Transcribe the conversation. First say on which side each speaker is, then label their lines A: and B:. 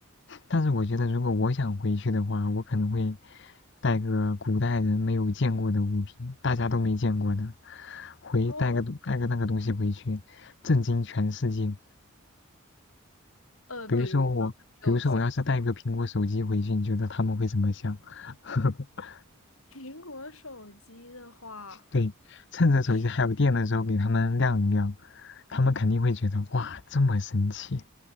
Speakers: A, on the left; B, on the left.
A: 但是我觉得如果我想回去的话，我可能会带个古代人没有见过的物品，大家都没见过的，回带个带个那个东西回去，
B: 哦，
A: 震惊全世界。
B: 呃，
A: 比如说我，
B: 比如呢，你有想法？
A: 比如说我要是带一个苹果手机回去，你觉得他们会怎么想？<laughs>
B: <laughs> 苹果手机的话，
A: 对，趁着手机还有电的时候给他们亮一亮，
B: 呃是
A: 他们肯定会觉得哇，这么神奇，